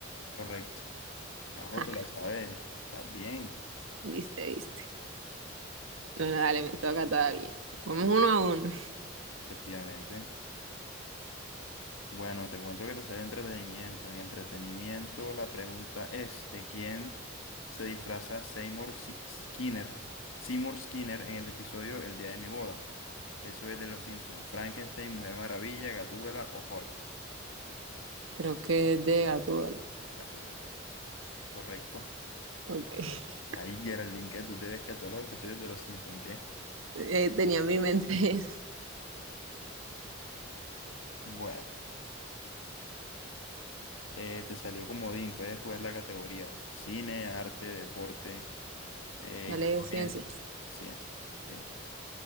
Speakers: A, on the left; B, on the right.
A: correcto. Ajo,
B: <laughs>
A: te la sabes. Estás bien.
B: Viste, viste. Bueno, dale, me toca todavía. Vamos
A: Bueno,
B: uno a uno.
A: efectivamente. Bueno, te cuento que te sale entretenimiento. En entretenimiento, la pregunta es: ¿de quién se disfraza Seymour Si- Skinner? Seymour Skinner en el episodio El día de mi boda. Eso es de Los Simpsons. Frankenstein, Mujer Maravilla, Gatúbela o Hulk.
B: Creo que es de Gatúbela.
A: Gatúbela. Correcto.
B: Ok. <laughs>
A: Ahí, Geraldine, que tú te ves que a todos los episodios de Los Simpsons, ¿qué?
B: Eh, tenía en mi mente
A: Bueno, eh, te salió comodín, puedes escoger la categoría cine, arte, deporte, eh,
B: Dale
A: historia,
B: de ciencia.
A: ciencias. ¿ok?